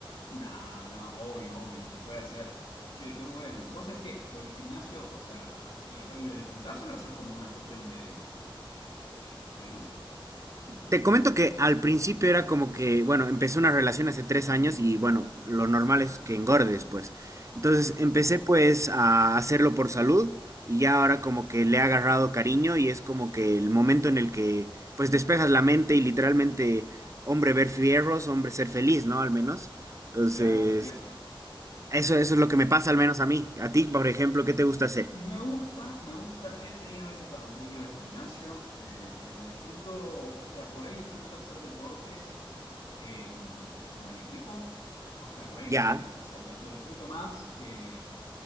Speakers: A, on the left; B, on the right.
A: No, no, obvio, obvio, se puede hacer. Che, qué bueno. Vos sabés que con el gimnasio, o sea, y, apa- y lo disfrutás o lo haces como una cuestión de, de- de salud.
B: Te comento que al principio era como que, bueno, empecé una relación hace tres años y bueno, lo normal es que engordes, pues. Entonces
A: Sí,
B: empecé pues a hacerlo por salud y ya ahora como que le he agarrado cariño y es como que el momento en el que pues despejas la mente y literalmente, hombre, ver fierros, hombre, ser feliz, ¿no? Al menos. Entonces,
A: claro, te entiendo.
B: eso, eso es
A: Sí,
B: lo que me pasa al menos a mí. A ti, por ejemplo, ¿qué te gusta hacer?
A: me gusta, me gusta. He tenido épocas donde he ido al gimnasio, eh, pero disfruto, o sea, por ahí disfruto hacer deportes eh, como en equipo. O sea, por ahí
B: Ya,
A: me, o sea, lo, lo disfruto más que